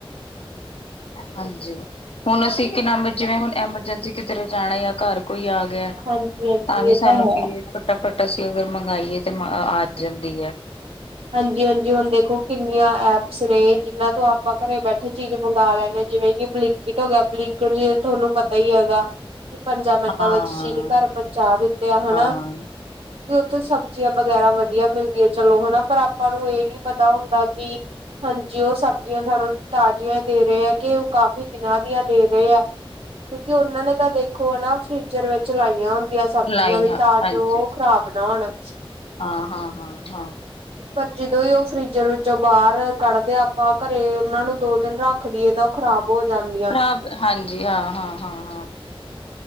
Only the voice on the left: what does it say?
ਹਾਂਜੀ ਹੁਣ ਅਸੀਂ ਕਿ ਨ ਜਿਵੇਂ ਹੁਣ ਐਮਰਜੈਂਸੀ ਕਿਧਰੇ ਜਾਣਾ ਜਾਂ ਘਰ ਕੋਈ ਆ ਗਿਆ
ਤਾਂ ਵੀ
ਸਾਨੂੰ
ਚੀਜ਼ ਫਟਾਫਟ ਅਸੀਂ ਅਗਰ ਮੰਗਵਾਏ ਤੇ ਆ ਜਾਂਦੀ ਹੈ।
ਹਾਂ,
ਹਾਂ
ਲਾਈਆਂ
ਹਾਂਜੀ
ਹਾਂ ਹਾਂ ਹਾਂ ਹਾਂ।
ਖਰਾਬ ਹਾਂਜੀ ਹਾਂ ਹਾਂ ਹਾਂ ਹਾਂ।